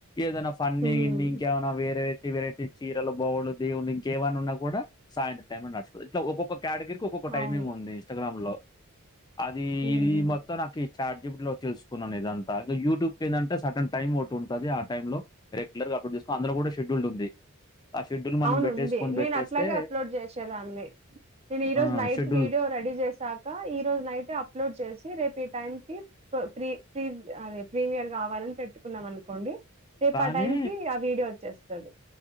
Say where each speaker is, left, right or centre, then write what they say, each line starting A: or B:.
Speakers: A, on the left; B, on the right.
A: ఏదైనా ఫన్ని
B: హ్మ్
A: గిన్ని ఇంకేమ వెరైటీ వెరైటీ చీరలు బోవులు దేవుడు ఇంకేమన్నా ఉన్నా కూడా సాయంత్రం టైం లో నుకో ఇట్లా ఒక్కొక్క కేటగిరకి ఒక్కొక్క టైమింగ్
B: అవును
A: ఉంది ఇస్టాగ్రామ్ లో అది
B: హ్మ్
A: ఇది మొత్తం నాకు ఈ చాట్ జిపి టి లో తెలుసుకున్నాను ఇదంతా యూట్యూబ్ ఏంటంటే సటన్ టైం ఒకటి ఉంటది ఆ టైం లో రెగ్యులర్ గా అప్పుడు తీసుకోని అందులో కూడా షెడ్యూల్డ్ ఉంది ఆ షెడ్యూల్ మనం
B: అవునుంది
A: పెట్టేసుకొని
B: నేను
A: పెట్టేస్తే
B: అట్లాగే అప్లోడ్ చేసేదాన్ని నేను ఈ
A: ఆ!
B: రోజు నైట్
A: షెడ్యూల్
B: వీడియో రెడీ చేస్ సక ఈ రోజు నైటే అప్లోడ్ చేసి రేపు టైమ్ కి ప్ర ప్రీ అదే ప్రీమియర్ కావాలని పెట్టుకున్నాం అనుకోండి రేపు
A: కానీ
B: ఆ టైం కి ఆ వీడియో వచ్చేస్తది